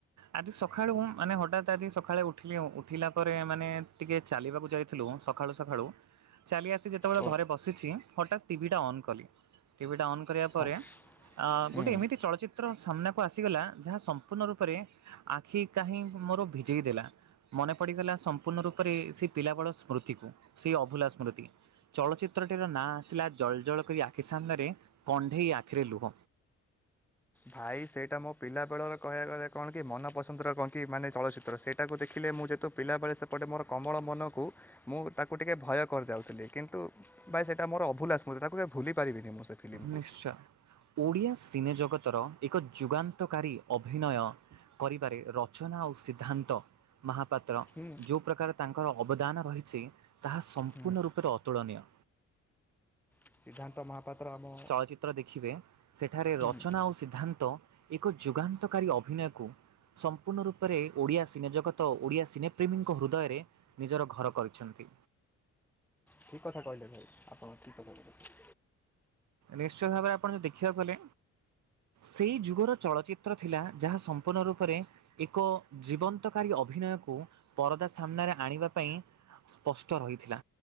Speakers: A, on the right; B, in the centre.
A: ଆଜି ସକାଳେୁଁ ମାନେ ହଠାତ୍ ଆଜି ସକାଳେ ଉଠ ଉଠିଲି ଉଠିଲା ପରେ ମାନେ ଟିକିେ ଚାଲିବାକୁ ଯାଇଥିଲୁ ସକାଳୁ ସକାଳୁ ଚାଲି ଆସି ଯେତେବେଳେ
B: ଓ
A: ଘରେ ବସିଛି। ହଠାତ୍ ଟିଭି ଟା ଅନ୍ କଲି ଟିଭି ଟା ଅନନ୍ କରିବା ପରେ
B: ହଁ ହୁଁ।
A: ଗୋଟେ ଏମିତି ଚଳଚିତ୍ର ସମ୍ନ ଆସିଗଲା ଯାହା ସମ୍ପୂର୍ଣ୍ଣ ରୂପରେ ଆଖି କାହିଁ ମୋର ଭିଜେଇ ଦେଲା ମନେ ପଡିଗଲା ସମ୍ପୂର୍ଣ୍ଣ ରୂପରେ ସେ ପିଲା ବଳ ସ୍ମୃତିକୁ ସେଇ ଅଭୁଲା ସ୍ମୃତି ଚଳଚିତ୍ରଟିର ନାଁ ଆସିଲା ଜଳ ଜଳ କରି ଆଖି ସାମ୍ନାରେ କଣ୍ଢେଇ ଆଖିରେ ଲୁହ।
B: ଭାଇ ସେଇଟା ମୋ ପିଲାବେଳର କହିବାକୁ ଗଲେ କଣ କି ମନପସନ୍ଦର କଣ କି ମାନେ ଚଳଚ୍ଚିତ୍ର ସେଇଟାକୁ ଦେଖିଲେ ମୁଁ ଯେହେତୁ ପିଲାବେଳେ ସେପଟେ ମୋର କମଳ ମନକୁ ମୁଁ ତାକୁ ଟିକେଏ ଭୟ କରିଦାଉଥିଲି କିନ୍ତୁ ଭାଇ ସେଇଟା ମୋର ଅଭୁଲାସ ମୁଁ ତାକୁ ଭୁଲି ପାରିବିନି ମୁଁ ସେ ଫିଲ୍ମକୁ।
A: ନିଶ୍ଚୟ ଓଡ଼ିଆା ସିନେ ଜଗତ ଏକ ଯୁଗାନ୍ତକାରୀ ଅଭିନୟ କରିବାରେ ରଚନା ଆଉ ସିଦ୍ଧାନ୍ତ। ମହାପାତ୍ର
B: ହୁଁ
A: ଯେଉଁ ପ୍ରକାର ତାଙ୍କର ଅବଦାନ ରହିଛି। ତାହା ସମ୍ପୂର୍ଣ୍ଣ
B: ହୁଁ
A: ରୂପରେ ଅତୁଳନୀୟ।
B: ସିଦ୍ଧାନ୍ତ ମହାପାତ୍ର ଆମ
A: ଚିତ୍ର ଦେଖିବେ ସେଠାରେ
B: ହୁଁ
A: ରଚନା ଓ ସିଦ୍ଧାନ୍ତ। ତ ଏକ ଯୁଗାନ୍ତକାରୀ ଅଭିନୟକୁ ସମ୍ ପୂର୍ଣ୍ଣ ରୂପରେ ଓଡ଼ିଆ ସିନେ ଜଗତ ତ ଓଡ଼ିଆ ସିନେପ୍ରେମୀଙ୍କ ହୃଦୟରେ ନିଜର ଘର କରିଛନ୍ତି।
B: ଠିକ କଥା କହିଲେ ଭାଇ ଆପଣ ଠିକ କଥା କହେ
A: ନିଶ୍ଚିତ ଭାବରେ ଆପଣ ଯ ଦେଖିବାକୁ ଗଲେ ସେଇ ଯୁଗର ଚଳଚିତ୍ର ଥିଲା ଯାହା ସମ୍ପୂର୍ଣ୍ଣ ରୂପରେ ଏକ ଜୀବନ୍ତକାରୀ ଅଭିନୟକୁ ପରଦା ସାମ୍ନାରେ ଆଣିବା ପାଇଁ ସ୍ପଷ୍ଟ ରହିଥିଲା